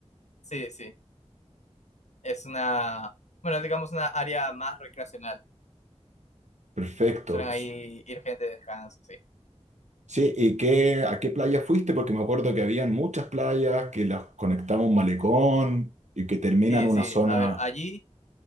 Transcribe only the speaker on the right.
Perfecto.
Sí, ¿y qué, a qué playa fuiste? Porque me acuerdo que habían muchas playas que las conectaba un malecón y que terminan
en
una zona.